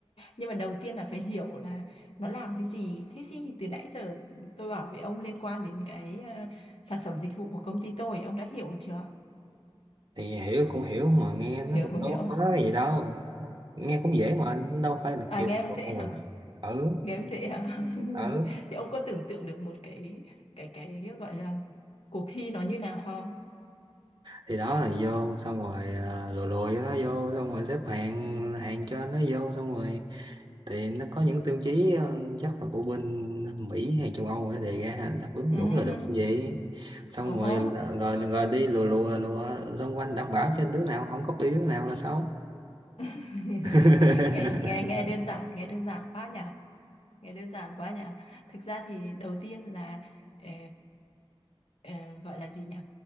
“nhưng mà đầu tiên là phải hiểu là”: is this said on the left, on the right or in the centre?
Left